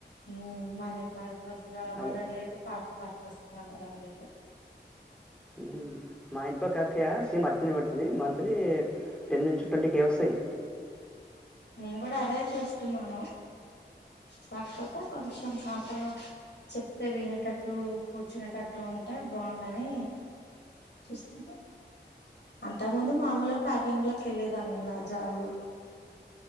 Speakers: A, on the left; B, in the centre.
A: హ్ మార్నింగ్ పర్ అసల్ అవ్వడం
B: అవ్
A: లేదు పాటి పర్పస్ లాగా <unintelligible>
B: హ్ మా ఇంటి పక్క ఆక్కయా సేమ్ అట్నే పేడుతది. మంత్లీ టెన్ నుంచి ట్వంటీ కే వస్తాయి.
A: నేను కూడా అదే చూస్తున్నాను. కాకపోతే కొంచెం పాప చెప్తే వినేటట్టు కూర్చునేటట్టు ఉంటే బాగుండాని చూస్తున్నా అంతకు ముందు మామూలుగా ప్యాకింగ్ లకి వెల్లేదాన్ని జాబు